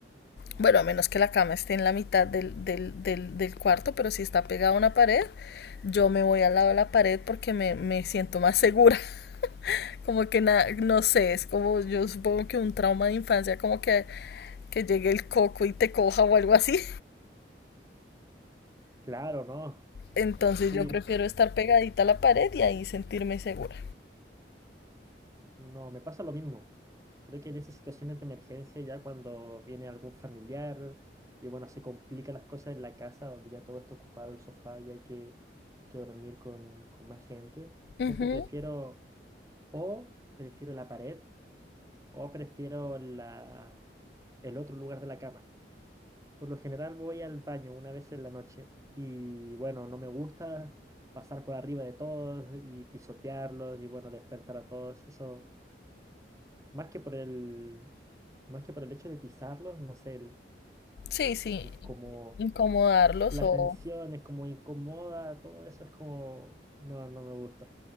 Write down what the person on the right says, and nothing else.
Claro, no.
Sí,
no, me pasa lo mismo. Creo que en esas situaciones de emergencia, ya cuando viene algún familiar y bueno, se complican las cosas en la casa, donde ya todo está ocupado, el sofá y hay que, hay que dormir con, con más gente, siempre
prefiero o prefiero la pared o prefiero la, el otro lugar de la cama. Por lo general voy al baño una vez en la noche y bueno, no me gusta pasar por arriba de todos y pisotearlos y bueno, despertar a todos. Eso, más que por el, más que por el hecho de pisarlos, no sé, el,
el como
la
tensión es como incomoda, todo eso es como, no, no me gusta.